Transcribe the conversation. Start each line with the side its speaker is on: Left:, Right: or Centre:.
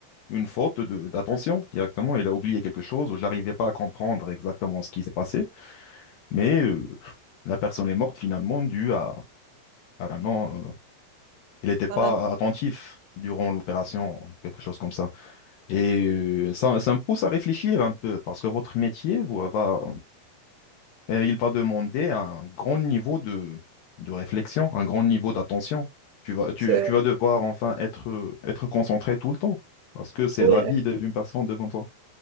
Left: une faute de- d'attention directement. Elle a oublié quelque chose. Je n'arrivais pas à comprendre exactement ce qui s'est passé. Mais euh, la personne est morte finalement due à, à la non. euh, il n'était pas
Right: voilà,
Left: attentif durant l'opération, quelque chose comme ça. Et euh, ça, ça me pousse à réfléchir un peu, parce que votre métier vous, va, euh, il va demander un grand niveau de, de réflexion, un grand niveau d'attention. Tu vas, tu,
Right: c'est-
Left: tu
Right: euh,
Left: vas devoir enfin être, euh, être concentré tout le temps, parce que c'est
Right: oui,
Left: la vie de- d'une personne devant toi.